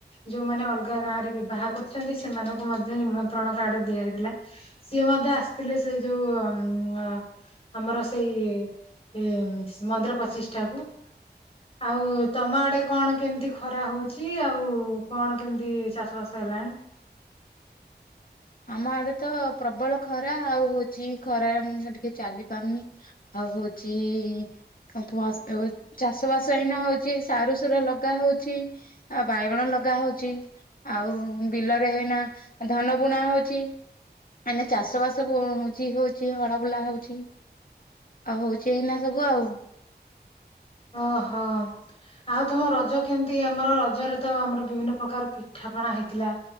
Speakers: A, on the left (about 35°); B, on the left (about 55°).
A: ଯୋଉମାନେ ଅଲଗା ଗାଁରେ ବିବାହ କରିଛନ୍ତି ସେମାନଙ୍କୁ ମଧ୍ୟ ନିମନ୍ତ୍ରଣ କାର୍ଡେ ଦିଆ ହେଇଥିଲା। ସିଏ ମଧ୍ୟ ଆସିତିଲେ ସେଇ ଯୋଉ ଅମ୍ ଅ ଆମର ସେଇ ଇଁ ଉଁ ମନ୍ଦିର ପ୍ରଚିଷ୍ଠାକୁ। ଆଉ ତମ ଆଡେ କଣ କେମତି ଖରା ହଉଛି ଆଉ କଣ କେମତି ଚାଷ ବାସ ହେଲାଣି।
B: ଆମ ଆଡେ ତ ପ୍ରବଳ ଖରା ଆଉ ହଉଚି ଖରାରେ ମଣିଷ ଟିକେ ଚାଲି ପାରୁନି। ଆଉ ହଉଚି ଇଁ <unintelligible> ଚାଷ ବାସ ଏଇନା ହଉଚି ସାରୁ ସୁର ଲଗା ହଉଛି। ଆଉ ବାଇଗଣ ଲଗା ହଉଚି ଆଉ ଉଁ ବିଲରେ ଏଇନା ଉଁ ଧାନ ବୁଣା ହଉଚି ମାନେ ଚାଷ ବାସ ହଉଁଚି ହଉଚି ହଳ ବୁଲା ହଉଛି। ଆଉ ହଉଚି ଏଇନା ସବୁ ଆଉ।
A: ଓ ହଁ। ଆଉ ତମ ରଜ କେମତି ଆମର ରଜେରେ ତ ଆମର ବିଭିନ୍ନ ପ୍ରକାର ପିଠାପଣା ହେଇଥିଲା।